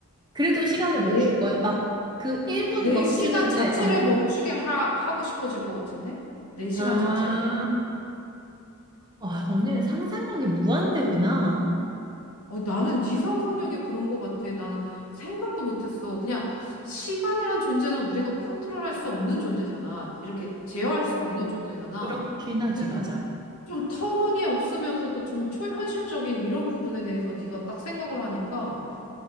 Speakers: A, on the right (about 20°); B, on the left (about 85°).
A: 그래도 시간을
B: 내,
A: 멈출 거야. 막 그 1분
B: 내
A: 멈추는데
B: 시간 자체를
A: 어.
B: 멈추게 하, 하고 싶어질 것 같은데? 내 시간
A: 아,
B: 자체를?
A: 아, 언니는 상상력이 무한대구나.
B: 어, 나는 네 상상력이 그런 것 같아. 난 생각도 못했어. 그냥 시간이란 존재는 우리가 컨트롤할 수 없는 존재잖아. 이렇게 제어할 수가 없는 존재잖아.
A: 그렇긴 하지,
B: 근데
A: 맞아.
B: 너 좀 터무니없으면서도 좀 초현실적인 이런 부분에 대해서 네가 딱 생각을 하니까